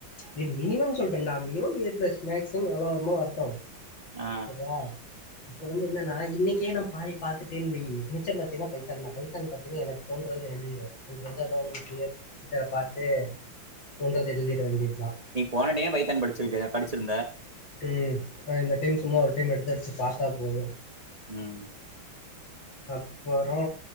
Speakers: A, on the left (about 60°); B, on the right (about 30°).
A: நீ மினிமம் சொல்றேன்டா மினிமம் ஏ பிளஸ் மேக்ஸிம் எவ்ளோ வருமோ வரட்டு
B: ஆ
A: செர்ரா இப்ப வந்து என்னன்னா இன்னைக்கே நா பாய பாத்துட்டேன்னு வையு மிச்சோ பாத்தீங்கன்னா பைத்தான் தா பைத்தான் பாத்தீன்னா எனக்கு தோன்றதுலா எழுதிருவே எனக்கு வந்து <unintelligible> பார்த்து தோன்றது எழுதிட வேண்டியது
B: நீ போன டைம் பைத்தான் படிச்சுருக்க படிச்சுருந்த
A: ட்டு இந்த டைம் சும்மா ஒரு டைம் எடுத்து எடுத்து பாத்தா போதும்
B: உம்
A: அப்பரோ